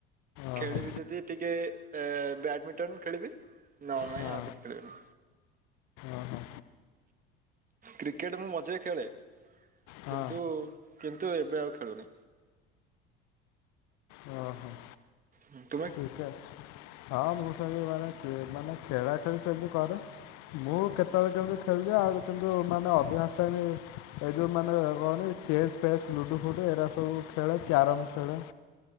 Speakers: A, on the left (about 60°); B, on the right (about 25°).
A: ଓହୋ
B: ଖେଳିବି ଯଦି ଟିକେ ଏ ବ୍ୟାଡମିଟନ। ଖେଳିବି ନହେଲେ ନାଇଁ
A: ହଁ
B: ଆଉ କିଛି ଖେଳିବିନି।
A: ଓହୋ
B: କ୍ରିକେଟ ମୁଁ ମଝିରେ ଖେଳେ
A: ହଁ
B: କିନ୍ତୁ କିନ୍ତୁ ଏବେ ଆଉ ଖେଳୁନି।
A: ହଁ ହଁ।
B: ହୁଁ।
A: <unintelligible> ହଁ ମୁଁ ସେମତି ମାନେ ଏ ମାନେ ଖେଳା ଖେଳି ସେମତି କରେ। ମୁଁ କେତେବେଳେ କେମତି ଖେଳଦିଏ ଆଉ କିନ୍ତୁ ମାନେ ଅଧିକାଂଶ ଟାଇମ ଏ ଯେଉଁ ମାନେ କଣ କି ଚେସ୍ ଫେସ୍ ଲୁଡ଼ୁ ଫୁଡ଼ୁ ଏରା ସବୁ ଖେଳେ କ୍ୟାରମ୍ ଖେଳେ।